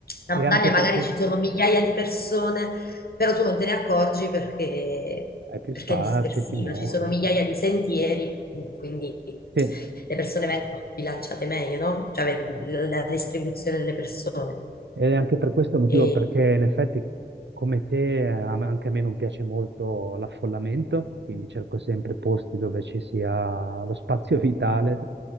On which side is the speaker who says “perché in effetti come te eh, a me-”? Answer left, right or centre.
Right